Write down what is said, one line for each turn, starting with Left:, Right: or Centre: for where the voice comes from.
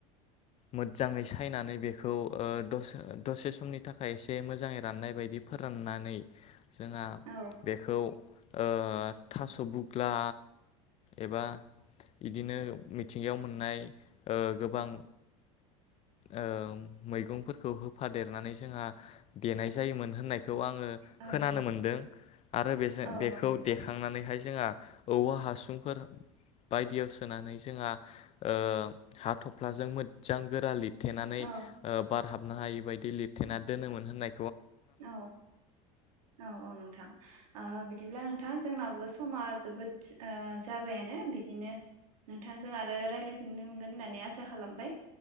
Left: मोजजाङै सायनानै बेखौ ओ दसे दसे समनि थाखाय एसे जे मोजाङै राननाय बायदि फोराननानै जोंहा
Right: औ
Left: बेखौ ओ थास' बुग्ला एबा बिदिनो मिथिंगायाव मोननाय ओ गोबां ओ मैगंफोरखौ होफादेरनानै जोंहा देनाय जायोमोन होननाय खौ आङो
Right: औ
Left: खोनानो
Right: औ
Left: मोनदों आरो बेजों
Right: औ
Left: बेखौे
Right: नोंथां
Left: देखांनानैहाय जोंहा औवा हासुंफोर बायदियाव सोनानै जोंहा ओ हाथ'फ्लाजों मोजां गोरा लिर थेनानै
Right: औ
Left: ओ बाद हाबनो हायि बायदि लिरथेना दोनोमोन होननाय
Right: औ औ औ औ नोंथां ओ बिदिब्ला नोंथां जोंनाबो समा जोबोद ओ जाबायानो बिदिनो नोंथांजों आरो रायज्लायफिननो मोनगोन होननानै आसा खालामबाय।